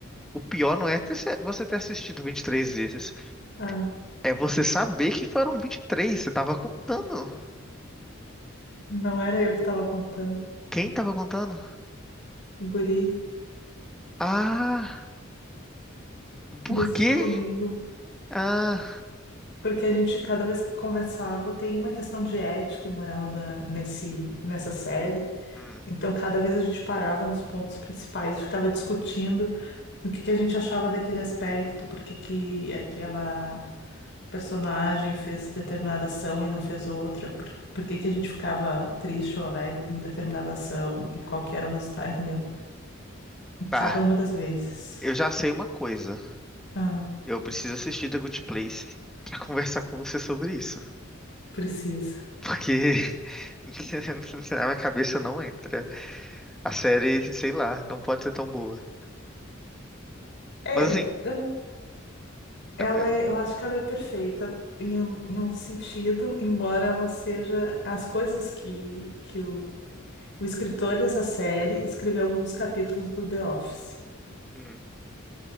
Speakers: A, in the centre; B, on the left.
A: O pior não é ter se- você ter assistido 23 vezes.
B: Ah,
A: É você saber que foram 23. Você tava contando.
B: não era eu que tava contando.
A: Quem tava contando?
B: O guri,
A: Ah, por
B: ele assistiu
A: quê?
B: comigo.
A: Ah,
B: Porque a gente, cada vez que conversava, tem uma questão de ética e moral da, nesse, nessa série.
A: hum,
B: Então, cada vez a gente parava nos pontos principais e ficava discutindo. o que que a gente achava daquele aspecto, por que que aquela personagem fez determinada ação e não fez outra, por, por que que a gente ficava triste ou alegre com determinada ação e qual que era o resultado, entendeu?
A: tá.
B: Cada uma das vezes.
A: Eu já sei uma coisa.
B: Ah,
A: Eu preciso assistir The Good Place pra conversar com você sobre isso.
B: precisa.
A: Porque <laughs> na minha cabeça não entra. A série, sei lá, não pode ser tão boa.
B: É,
A: Mas
B: eu
A: assim,
B: não- ela
A: não, é-
B: é, eu acho que ela é perfeita em, um- em um sentido, embora ela seja as coisas que, que o, o escritor dessa série escreveu alguns capítulos do The Office.
A: Hum.